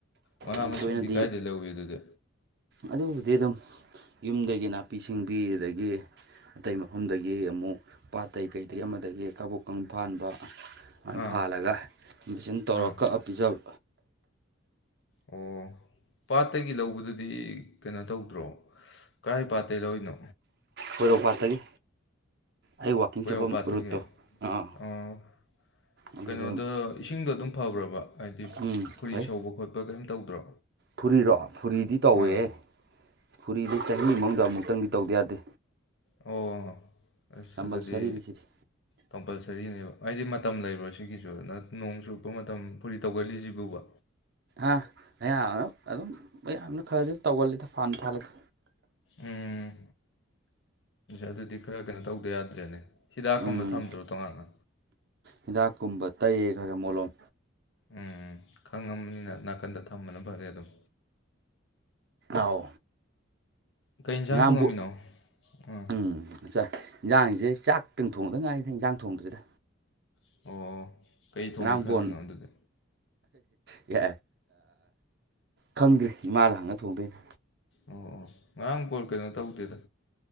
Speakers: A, on the left; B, on the right.
A: ꯃꯅꯥ
B: ꯌꯥꯝ
A: ꯃꯁꯤꯡꯗꯤ
B: ꯇꯣꯏꯅꯗꯤ
A: ꯀꯥꯏꯗ ꯂꯧꯏꯤ ꯑꯗꯨꯗꯤ
B: ꯑꯗꯨꯕꯨꯗꯤ ꯑꯗꯨꯝ ꯌꯨꯝꯗꯒꯤ ꯅꯥꯄꯤ ꯁꯤꯡꯕꯤ ꯑꯗꯒꯤ ꯑꯇꯩ ꯃꯐꯝꯗꯒꯤ ꯑꯃꯨꯛ ꯄꯥꯠꯇꯩ ꯀꯩꯗꯒꯤꯩ ꯑꯃꯗꯒꯤ ꯀꯕꯣꯛꯀ ꯐꯥꯟꯕ ꯁꯨꯃꯥꯏꯅ
A: ꯑꯥ
B: ꯐꯥꯜꯂꯒ ꯏꯟꯚꯖꯟ ꯇꯧꯔ
A: ꯑꯥ
B: ꯀꯛꯑ ꯄꯤꯖꯕ
A: ꯑꯣ ꯄꯥꯠꯇꯒꯤ ꯂꯧꯕꯗꯨꯗꯤ ꯀꯩꯅꯣ ꯇꯧꯗ꯭ꯔꯣ ꯀꯔꯥꯏ ꯄꯥꯠꯇꯩꯗꯧꯔꯤꯅꯣ
B: ꯀꯣꯏꯔꯧꯄꯥꯠꯇꯒꯤ ꯑꯩ ꯋꯥꯛꯀꯤꯡ
A: ꯄꯣꯏꯔꯧ
B: ꯆꯠꯄ
A: ꯄꯥꯠꯇꯒꯤ
B: ꯔꯨꯠꯇꯣ ꯑꯥ
A: ꯑꯣ
B: ꯑꯗꯨꯗ
A: ꯀꯩꯅꯣꯗ ꯏꯁꯤꯡꯗꯣ ꯑꯗꯨꯝ ꯐꯕ꯭ꯔꯕ ꯍꯥꯏꯗꯤ
B: ꯎꯝ
A: ꯐꯨꯔꯤ
B: ꯐꯩ
A: ꯁꯧꯕ ꯈꯣꯠꯄ ꯑꯕ ꯀꯔꯤꯝ ꯇꯧꯗ꯭ꯔꯣ
B: ꯐꯨꯔꯤꯔꯣ ꯐꯨꯔꯤꯗꯤ ꯇꯧꯋꯦꯍ
A: ꯑꯥ
B: ꯐꯨꯔꯤꯗꯤ ꯆꯍꯤ ꯃꯅꯨꯡꯗ ꯑꯃꯨꯛꯇꯪꯗꯤ ꯇꯧꯗ ꯌꯥꯗꯦ
A: ꯑꯣ ꯑꯁ
B: ꯀꯝꯄꯜꯁꯔꯤꯅꯤ
A: ꯑꯗꯨꯗꯤ
B: ꯁꯤꯗꯤ
A: ꯀꯝꯄꯜꯁꯔꯤꯅꯦꯕ ꯍꯥꯏꯗꯤ ꯃꯇꯝ ꯂꯩꯔꯣ ꯁꯤꯒꯤꯁꯨ ꯑꯗꯨꯅ ꯅꯣꯡ ꯆꯨꯞꯨꯞꯄ ꯃꯇꯝ ꯐꯨꯔꯤ ꯇꯧꯒꯜꯂꯤꯁꯤꯕꯨꯕ
B: ꯑꯥ ꯑꯌꯥꯝꯅ ꯑꯗꯨꯝ ꯃꯌꯥꯝꯅ ꯈꯔꯗꯤ ꯇꯧꯒꯜꯂꯤꯗ ꯐꯅ ꯐꯥꯜꯂꯒ
A: ꯎꯝ ꯑꯗꯨꯗꯤ ꯈꯔ ꯀꯩꯅꯣ ꯇꯧꯗ ꯌꯥꯗ꯭ꯔꯦꯅꯦ ꯍꯤꯗꯥꯛꯀꯨꯝꯕ
B: ꯎꯝ
A: ꯊꯝꯗ꯭ꯔꯣ ꯇꯣꯉꯥꯟꯅ
B: ꯍꯤꯗꯥꯛꯀꯨꯝꯕ ꯇꯩ ꯈꯔ ꯈꯔ ꯃꯣꯂꯣꯝ
A: ꯎꯝ ꯈꯪꯉꯕꯅꯤꯅ ꯅꯥꯀꯟꯗ ꯊꯝꯕꯅ ꯐꯔꯦ ꯑꯗꯨꯝ
B: ꯑꯥꯎ
A: ꯀꯩ ꯌꯦꯟꯁꯥꯡ
B: ꯉꯔꯥꯡꯕꯨ
A: ꯊꯣꯡꯉꯝꯃꯤꯅꯣ ꯑꯥ
B: ꯎꯝ ꯑꯠꯆꯥ ꯏꯟꯖꯥꯡꯁꯦ ꯆꯥꯛꯇꯪ ꯊꯣꯡꯗ ꯉꯥꯏꯗ ꯏꯟꯖꯥꯡ ꯊꯣꯡꯗ꯭ꯔꯤꯗ
A: ꯑꯣ ꯀꯩ ꯊꯣꯡꯒꯦ
B: ꯉꯔꯥꯡ
A: ꯈꯜꯂꯤꯅꯣ
B: ꯕꯣꯟ
A: ꯑꯗꯨꯗꯤ
B: ꯌꯥ ꯈꯪꯗ꯭ꯔꯤ ꯏꯃꯥꯗ ꯍꯪꯉ ꯊꯣꯡꯗꯣꯏꯅꯦ
A: ꯑꯣ ꯉꯔꯥꯡ ꯄꯣ ꯀꯩꯅꯣ ꯇꯧꯗꯦꯗ